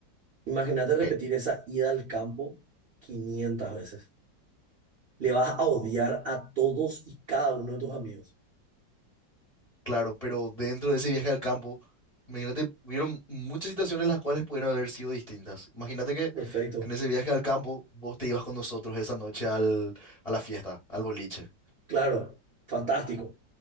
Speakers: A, on the right; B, on the left.
A: Imagínate repetir
B: ¿Qué?
A: esa ida al campo 500 veces. Le vas a odiar a todos y cada uno de tus amigos.
B: Claro, pero dentro de ese viaje al campo, imagínate, hubieron muchas situaciones las cuales pudieron haber sido distintas. Imagínate que
A: Perfecto.
B: en ese viaje al campo vos te ibas con nosotros esa noche al, a la fiesta, al boliche.
A: Claro. Fantástico.